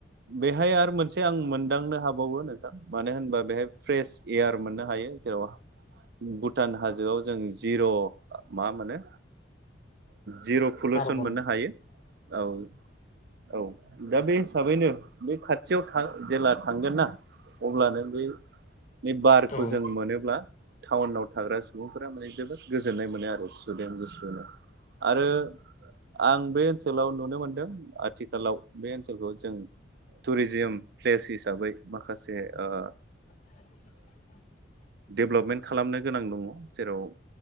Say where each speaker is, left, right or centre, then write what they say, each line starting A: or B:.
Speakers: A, on the right (about 60°); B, on the left (about 45°).
A: बेहाय आरो मोनसे आं मोनदांनो हाबावो नोंथां मानो होनबा बेहाय फ्रेस एयार मोननो हायो जेराव भुटान हाजोआव जों जिर' मा मोनो जिर' पलिउसन
B: कार्बन
A: मोननो हायो औ औ दा बे हिसाबैनो बे खाथियाव जेला थांगोन ना अब्लानो बै बे बारखौ
B: औ
A: जों मोनोब्ला टाउनाव थाग्रा सुबुंफोरा माने जोबोद गोजोननाय मोनो आरो सुदेम गुसुनो आरो आं बे ओनसोलाव नुनो मोनदों आथिखालाव बे ओनसोलखौ जों टुरिजिम प्लेस हिसाबै माखासे ओ
B: <inaudible>
A: डेभेलपमेन्ट खालामनो गोनां दङ जेराव